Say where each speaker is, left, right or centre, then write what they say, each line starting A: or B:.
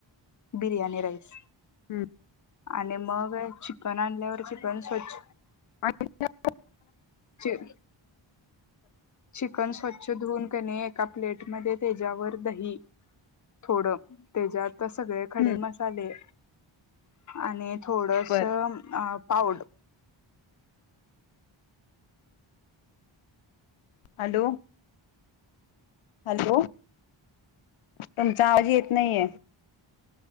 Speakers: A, on the left; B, on the left.
A: बिर्याणी राईस
B: हम्म.
A: आणि मग चिकन आणल्यावर चिकन स्वच्छ
B: <unintelligible>
A: चिक चिकन स्वच्छ धुवून का नाही एका प्लेटमध्ये त्याच्यावर दही थोडं त्याच्यात सगळे खडे
B: हम्म
A: मसाले आणि थोडस
B: बर
A: अ पावड
B: हॅलो. हॅलो तुमचा आवाज येत नाहीये.